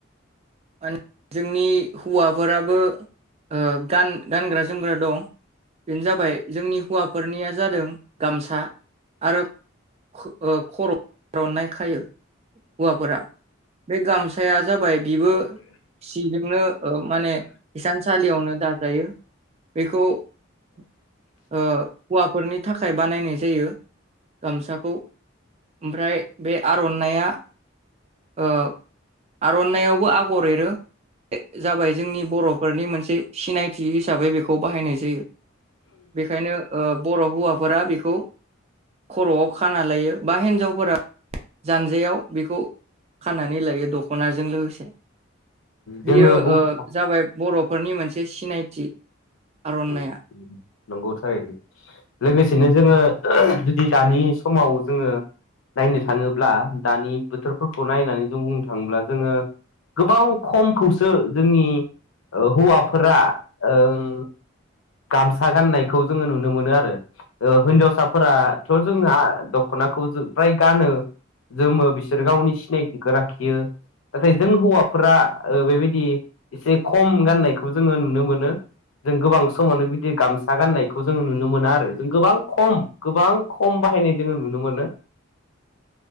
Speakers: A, on the right; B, on the left.
A: माने जोंनि हौवाफोराबो ओ गान-गानग्रा जोमग्रा दं। बेनो जाबाय जोंनि हौवाफोरनिया जादों गामसा आरो ख ओ खर' आर'नाइ खायो हुवाफोरा। बे गामसाया जाबाय बेबो सिजोंनो ओ माने हिसानसालियावनो दाजायो। बेखौ ओ हुवाफोरनि थाखाय बानायनाय जायो गामसाखौ। ओमफ्राय बे आर'नाइया ओ आरननाइयावबो आ गर एरो ए जाबाय जोंनि बर'फोरनि मोनसे सिनायथि हिसाबै बेखौ बाहायनाय जायो। बेखायनो ओ बर' हौवाफोरा बेखौ खर'आव खाना लायो बा हिन्जावफोरा जानजाइयाव बेखौ खानानै लायो दखनाजों लोगोसे।
B: जोङो
A: बियो
B: बुंनो
A: ओ जाबाय बरफ फोरनि मोनसे सिनायथि। आर'नाइया
B: ओम नंगौ थारैनो लोगोसेनो जोङो जुदि दानि समाव जोङो नायनो थाङोब्ला दानि बोथोरफोरखौ नायनानै जों बुंनो थाङोब्ला जोङो गोबां खमखौसो जोंनि ओ हौवाफोरा ओं गामसा गाननायखौ जोङो नुनो मोनो आरो होनजावसा फोराथ‌' जोंहा दखनाखौ जो फ्राय गानो जोमो बिसोर गावनि सिनायथिखौ लाखियो नाथाय जों हौवाफोरा बेबायदि एसे खम गाननायखौ जोङो नुनो मोनो जों गोबां समावनो बिदि गामसा गाननायखौ जों नुनो मोना आरो गोबां खम गोबां खम बाहायनाय जों नुनो मोनो